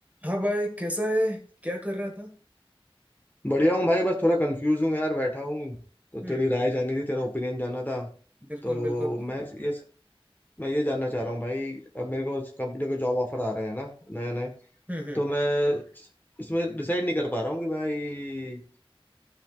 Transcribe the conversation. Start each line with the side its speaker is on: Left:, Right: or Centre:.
Right: हाँ भाई कैसा है क्या कर रहा था
Left: बढ़िया हूँ भाई बस थोड़ा कंफ्यूज हूँ यार बैठा हूँ तो
Right: हम्म
Left: तेरी राय जाननी थी तेरा ओपिनियन जानना था
Right: बिल्कुल
Left: तो
Right: बिल्कुल
Left: मैं ये मैं ये जानना चाह रहा हूँ भाई अब मेरे को कंपनी के जॉब ऑफर आ रहे हैं ना नए नए
Right: हम्म हम्म
Left: तो मैं इसमें डिसाइड नहीं कर पा रहा हूँ कि भाई